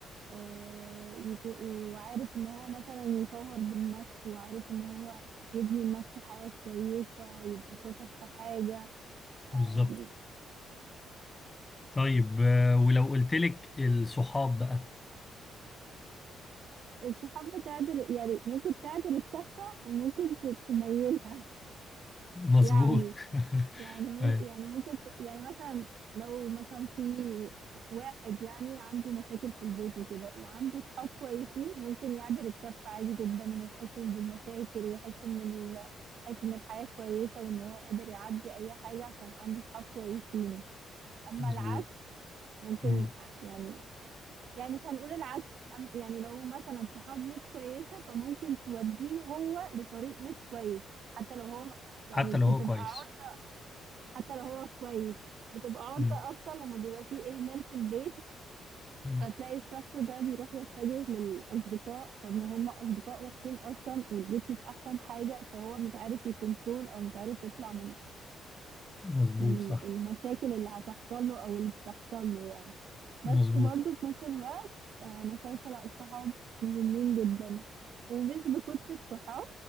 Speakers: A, on the right; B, on the left.
A: آه، يكو- وعارف ان هو مثلا يطور من نفسه وعارف ان هو يبني لنفسه حياة كويسة يبقى شاطر في حاجة آه،
B: بالظبط
A: يعني
B: طيب آه، ولو قلت لك الصحاب بقى
A: الصحاب بتعدل يعني ممكن تعدل الكفة وممكن ت- تميلها <laughs>
B: مظبوط
A: يعني
B: <laughs>
A: يعني مم-
B: ايوه
A: يعني ممكن ت- يعني مثلا لو مثلا في واحد يعني عنده مشاكل في البيت وكده وعنده صحاب كويسين ممكن يعدل الكف عادي جدا وما يحسش بالمشاكل ويحس ان ال... يحس ان الحياة كويسة وان هو قادر يعدي اي حاجة عشان عنده صحاب كويسين اما
B: مظبوط
A: العكس ممكن
B: مم.
A: ع- يعني يعني مش هنقول العكس أم- يعني لو مثلا صحاب مش كويسة فممكن توديه هو لطريق مش كويس حتى لو هو م- يعني
B: حتى
A: بتبقى
B: لو هو كويس
A: عرضة حتى لو هو كويس بتبقى عرضة
B: مم.
A: أكتر لما بيبقى فيه إهمال في البيت
B: مم.
A: فتلاقي الشخص ده بيروح يتجه للأصدقاء فما هم أصدقاء وحشين أصلا والبيت مش أحسن حاجة فهو مش عارف يكنترول أو مش عارف يطلع من
B: مظبوط
A: من
B: صح
A: المشاكل اللي هتحصل له او اللي بتحصل له يعني بس
B: مظبوط
A: برضو في نفس الوقت آه، انا شايفه لا الصحاب مهمين جدا ومش بكتر الصحاب